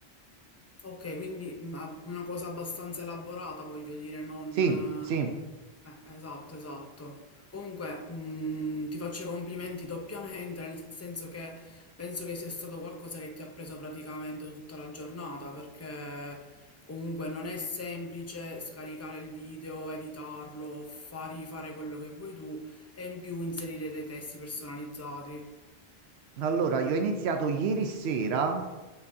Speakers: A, on the left; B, on the right.
A: ok, quindi ma una cosa abbastanza elaborata, voglio dire, non...
B: Sì, sì.
A: Eh, esatto, esatto. Comunque, mh, ti faccio i complimenti doppiamente, nel senso che penso che sia stato qualcosa che ti ha preso praticamente tutta la giornata, perché comunque non è semplice scaricare il video, editarlo, fargli fare quello che vuoi tu e in più inserire dei testi personalizzati.
B: Allora, io ho iniziato ieri sera.